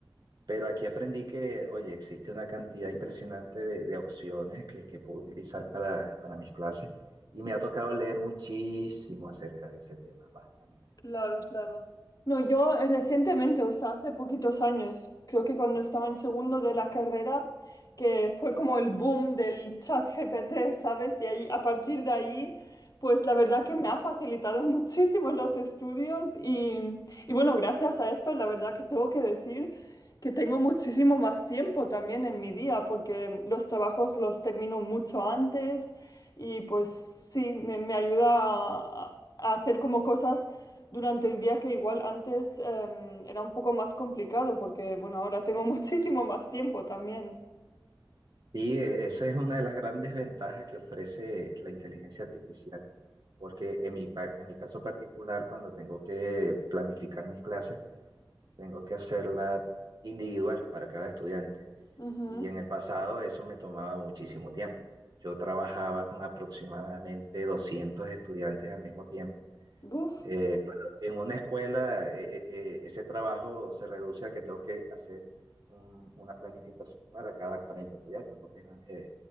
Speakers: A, on the right; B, on the left.
A: Pero aquí aprendí que, oye, existe una cantidad impresionante de, de opciones que, que puedo utilizar para, para mis clases. Y me ha tocado leer muchísimo acerca de ese tema, bastante.
B: Claro, claro. No, yo eh, recientemente, o sea, hace poquitos años, creo que cuando estaba en segundo de la carrera, que fue como el boom del chat GPT, ¿sabes? Y ahí, a partir de ahí, pues la verdad que me ha facilitado <laughs> muchísimo los estudios y, y bueno, gracias a esto, la verdad que tengo que decir que tengo muchísimo más tiempo también en mi día, porque los trabajos los termino mucho antes y pues sí, me, me ayuda a a hacer como cosas durante el día que igual antes em, era un poco más complicado porque, bueno, ahora tengo <laughs> muchísimo más tiempo también.
A: Sí, e- esa es una de las grandes ventajas que ofrece la inteligencia artificial, porque en mi, pa- en mi caso particular, cuando tengo que planificar mis clases, tengo que hacerla individual para cada estudiante.
B: Ujú.
A: Y en el pasado eso me tomaba muchísimo tiempo. Yo trabajaba con aproximadamente 200 estudiantes al mismo tiempo
B: Buf.
A: eh, claro, en una escuela eh, eh, eh, ese trabajo se reduce a que tengo que hacer un- una planificación para cada 40 estudiantes, porque es eh,